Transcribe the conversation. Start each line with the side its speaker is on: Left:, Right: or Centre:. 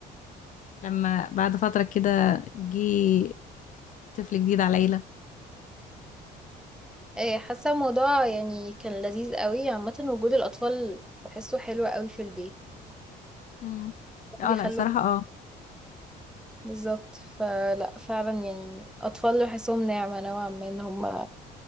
Left: لما بعد فترة كده جه طفل جديد على ليلى
Centre: آه، حاسه الموضوع يعني كان لذيذ قوي عامه وجود الاطفال بحسه حلو قوي في البيت
Left: امم اه
Centre: بيخلوا
Left: لا الصراحة اه
Centre: بالظبط فلا فعلا يعني اطفال بحسهم نعمه نوعا ما ان هم